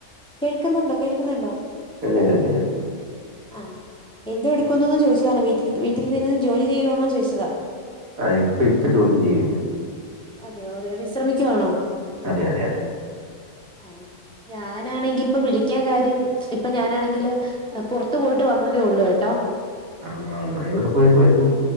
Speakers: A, in the centre; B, on the right.
A: കേൾക്കുന്നുണ്ടോ കേൾക്കുന്നുണ്ടോ
B: <unintelligible>
A: ആഹ് എന്തോ എടുക്കുന്നൂന്ന് ചോദിച്ചതാണ് വീട്ടിൽ വീട്ടിൽ ഇരുന്ന് ജോലി ചെയ്യുകയാണോന്ന് ചോദിച്ചതാ
B: ആഹ് ഇപ്പ ഇപ്പൊ ജോലി ചെയ്യുന്നില്ല
A: അതെയോ അതെയോ വിശ്രമിക്കുവാണോ
B: അതെ അതെ അതെ
A: ആഹ് ഞാനാണെങ്കി ഇപ്പൊ വിളിക്കാൻ കാര്യം ഇപ്പൊ ഞാനാണെങ്കില് പുറത്തു പോയിട്ട് വന്നതേ ഉള്ളൂ കേട്ടോ
B: <unintelligible> എവിടെ പോയേക്കുവാരുന്നു